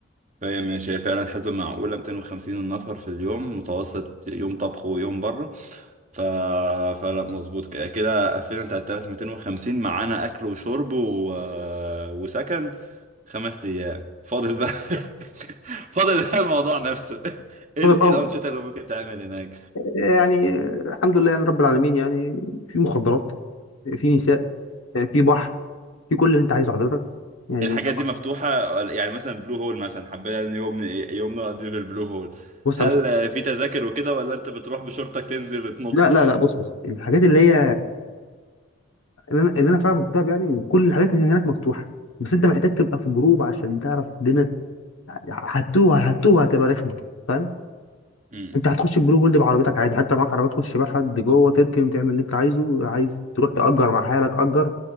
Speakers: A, on the right; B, on the left.
A: فهي ماشي هي فعلا حسبة معقولة 250 نفر في اليوم متوسط يوم طبخ ويوم بره ف... فلا مظبوط ك- كده قفلنا على 3250 معانا أكل وشرب و... وسكن خمس أيام فاضل بقى <laughs> فاضل بقى الموضوع نفسه <laughs> ايه
B: اتفضل
A: ال-
B: بقى
A: إيه الأنشطة اللي ممكن تعمل هناك
B: يعني الحمد لله يعني رب العالمين يعني في مخدرات في نساء في بحر في كل اللي انت عايزه حضرتك يعني
A: الحاجات
B: طبعا
A: دي مفتوحة يعني مثلا بلو هول مثلا حبينا إن يوم يوم نقضيه في البلو هول
B: بص
A: هل
B: يا باشا
A: في تذاكر وكده ولا انت بتروح بشورتك تنزل تنط
B: لا لا لا بص بص الحاجات اللي هي اللي انا اللي انا فاهمه في دهب يعني كل الحاجات اللي هناك مفتوحه بس انت محتاج تبقى في جروب عشان تعرف الدنيا هتوه هتوه هتبقى رخمه فاهم
A: <laughs>
B: انت هتخش البلو هولد بعربيتك عادي حتى معاك عربيه تخش بيها حد جوه تركن تعمل اللي انت عايزه عايز تروح تأجر مع حالك أجر